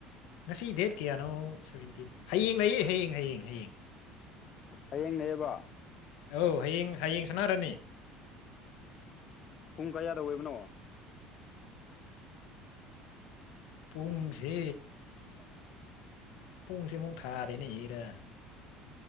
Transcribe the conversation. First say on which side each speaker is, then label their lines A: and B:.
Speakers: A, on the left; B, on the left.
A: ꯉꯁꯤ ꯗꯦꯠ ꯀꯌꯥꯅꯣ ꯁꯕꯦꯟꯇꯤꯟ ꯍꯌꯦꯡ ꯂꯩꯌꯦ ꯍꯌꯦꯡ ꯍꯌꯦꯡ ꯍꯌꯦꯡ
B: ꯍꯌꯦꯡꯅꯦꯕ
A: ꯑꯧ ꯍꯌꯦꯡ ꯍꯌꯦꯡ ꯁꯥꯟꯅꯥꯔꯅꯤ꯫
B: ꯄꯨꯡ ꯀꯌꯥꯗ ꯑꯣꯏꯕꯅꯣ꯫
A: ꯄꯨꯡꯁꯦ
B: ꯍ
A: ꯄꯣꯡꯁꯦ ꯄꯣꯡ ꯊꯥꯗꯩꯅꯦꯔꯥ